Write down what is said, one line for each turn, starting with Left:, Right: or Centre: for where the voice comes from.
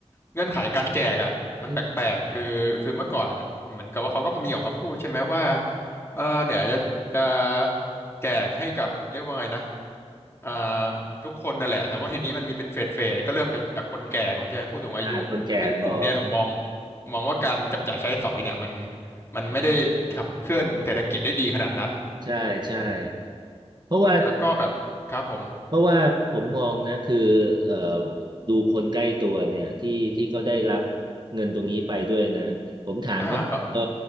Left: เงื่อนไขการแจกอ่ะมันแปลกๆคือคือเมื่อก่อนเหมือนกับว่าเขาก็มีออกมาพูดใช่ไหมว่า
Right: อืม
Left: เออเนี่ยจะจะแจกให้กับเรียกว่าไงนะ อ่าทุกคนนั่นแหละแต่ว่าทีนี้มันมีเป็นเฟสเฟสก็เริ่มจากคนแก่ก่อนใช่ไหมผู้สูงอายุซึ่งกลุ่มเนี่ยผมมอง
Right: ใช่คนแก่พอ
Left: มองว่าการจับจ่ายใช้สอยเนี่ยมันมันไม่ได้ขับเคลื่อนเศรษฐกิจได้ดีขนาดนั้น
Right: ใช่ใช่เพราะว่า
Left: แล้วก็แบบครับผม
Right: เพราะว่าผมมองนะคือเอ่อดูคนใกล้ตัวเนี่ยที่ที่เขาได้รับเงินตรงนี้ไปด้วยนะผมถามเขาเออ
Left: อ่าก็